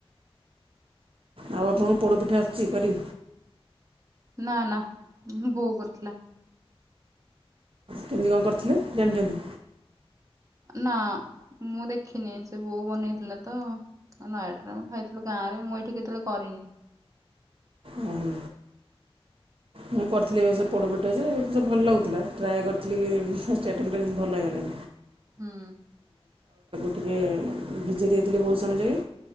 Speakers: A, on the right; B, on the right.
A: ଆଉ ଆପଣଙ୍କ ପୋଡ ପିଠା ଆସୁଛି କରିି।
B: ନା ନା ବୋଉ କରିଥିଲା।
A: କେମିତି କଣ କରିଥିଲେ ଜାଣିଛନ୍ତି?
B: ନା ମୁଁ ଦେଖିନି ସେ ବୋଉ ବନେଇଥିଲା ତ ନଟା ରେ ଖାଇଥିଲୁ ଗାଁ ରେ ମୁଁ ଏଇଠି କେତେବେଳେ କରିନି।
A: ଓହୋ। ମୁଁ କରିଥିଲି ଏବେ ସେ ପୋଡ଼ପିଠା ଯେ ଏ ଭଲ ଲାଗୁଥିଲା ଟ୍ରାଏ କରିଥିଲି କି ଫାଷ୍ଟ ଆଇଟମ୍ କେ ଭଲ ହେଇଗଲା।
B: ହୁଁ
A: ଟିକେ ଭିଜେଇ ଦେଇଥିଲି ବହୁତ ସମୟ ଯାକେ,